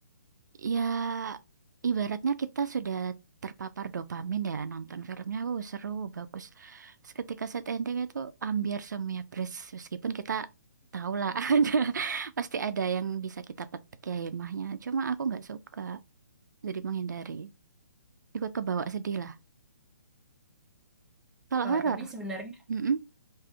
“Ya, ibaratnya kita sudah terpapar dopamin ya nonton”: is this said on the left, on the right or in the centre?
Right